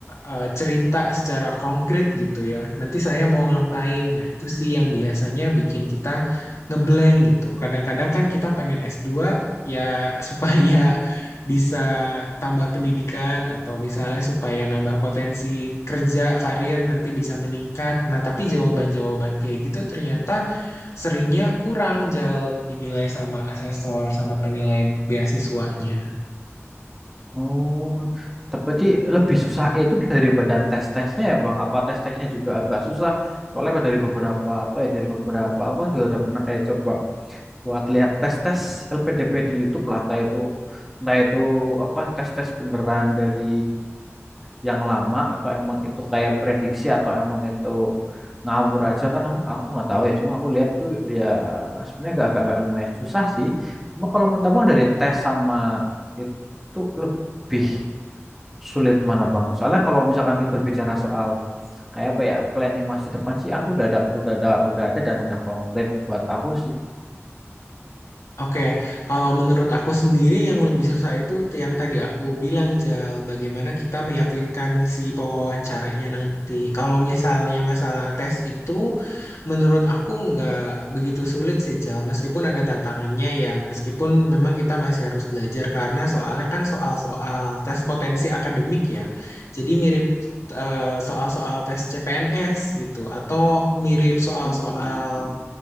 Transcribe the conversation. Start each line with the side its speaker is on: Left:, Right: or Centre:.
Left: eh, cerita secara konkret gitu ya. Nanti saya mau ngapain? Nah, itu sih yang biasanya bikin kita ngeblank gitu. Kadang-kadang kan kita pengen S2 ya <laughs> supaya bisa tambah pendidikan atau misalnya supaya nambah potensi kerja, karir nanti bisa meningkat. Nah, tapi jawaban-jawaban kayak gitu ternyata seringnya kurang jal dinilai sama asesor sama penilai beasiswanya.
Centre: Oh, tapi lebih susah itu daripada tes-tesnya ya Bang. Apa tes-tesnya juga agak susah? Soalnya dari beberapa apa ya dari beberapa aku kan juga udah pernah kayak coba buat lihat tes-tes LPDP di YouTube lah entah itu entah itu apa tes-tes beneran dari yang lama atau emang itu kayak prediksi atau emang itu ngawur aja kan aku aku nggak tahu ya cuma aku lihat tuh ya sebenarnya agak, agak agak lumayan susah sih cuma kalau menurut abang dari tes sama itu lebih sulit mana bang soalnya kalau misalkan kita berbicara soal kayak apa ya planning masa depan sih aku udah ada udah ada udah ada dan udah konkret buat aku
Left: Oke, kalau menurut aku sendiri yang lebih susah itu t- yang tadi aku bilang, Jal, bagaimana kita meyakinkan si pewawancaranya nanti. Kalau misalnya masalah tes itu, menurut aku nggak begitu sulit sih, Jal, meskipun ada tantangannya ya, meskipun memang kita masih harus belajar karena soalnya kan soal-soal tes potensi akademik ya, jadi mirip eh, soal-soal tes CPNS gitu, atau mirip soal-soal
Centre: sih